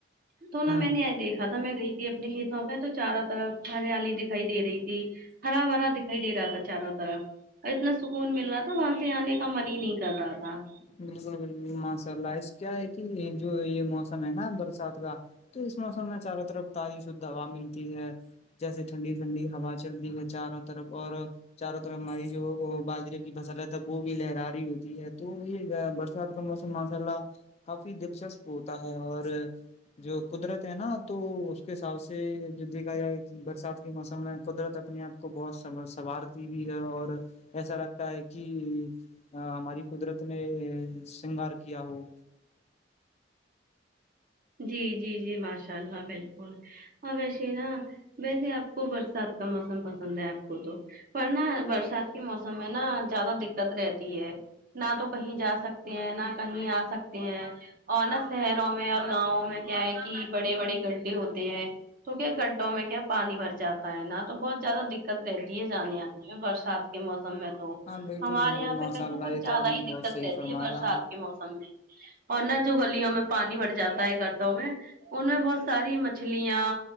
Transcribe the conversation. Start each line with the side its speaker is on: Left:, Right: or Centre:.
Right: تو نہا
Left: ہوں
Right: میں نہیں ایڈٹ دھا تھا میں گئی تھی اپنے کھیتوں پہ تو چاروں طرف ہریالی دکھائی دے رہی تھی ہرا برا دکھائی دے رہا تھا چاروں طرف اور اتنا سکون مل رہا تھا وہاں سے آنے کا من ہی نہیں کر رہا تھا
Left: بالکل بالکل ماشاء اللہ کیا ہے کہ یہ جو یہ موسم ہے نا برس کا تو اس موسم میں چاروں طرف تازی شدھ ہوا ملتی ہے جیسے ٹھنڈی ٹھنڈی ہوا چلتی ہے چاروں طرف اور چاروں طرف ہماری جو وہ باجرے کی فصل ہے تب وہ بھی لہراری ہوتی ہے تو یہ برسات کا موسم ماشاء اللہ کافی دلچسپ ہوتا ہے اور جو قدرت ہے نا تو اس کے حساب سے جو دیکھا جائے کہ برسات کے موسم میں قدرت اپنے آپ کو بہت سوارتی بھی ہے اور ایسا لگتا ہے کہ کہ ہماری قدرت نے سنگار کیا ہو
Right: جی جی جی ماشاء اللہ بالکل اور ویسے نا ویسے آپ کو برسات کا موسم پسند ہے آپ کو تو پر نا برسات کے موسم میں نا زیادہ دقت رہتی ہے نہ تو کہیں جا سکتے ہیں نہ کہیں آ سکتے ہیں اور نہ شہروں میں اور گاؤں میں کیا ہے کہ بڑے بڑے گڈھے ہوتے ہیں تو کیا گڈھوں میں کیا پانی بھر جاتا ہے نا تو بہت زیادہ دقت رہتی ہے جانے آنے میں برسات کے موسم میں تو
Left: ہاں بالکل
Right: ہمارے
Left: بالکل
Right: یہاں
Left: ماشاء
Right: پہ تو
Left: اللہ
Right: کچھ
Left: یہ
Right: زیادہ
Left: آپ
Right: ہی
Left: نے بہت
Right: دقت
Left: صحیح
Right: رہتی
Left: فرمایا
Right: ہے برسات کے موسم میں اور نہ جو گلیوں میں پانی بھر جاتا ہے گڈھوں میں ان میں بہت ساری مچھلیاں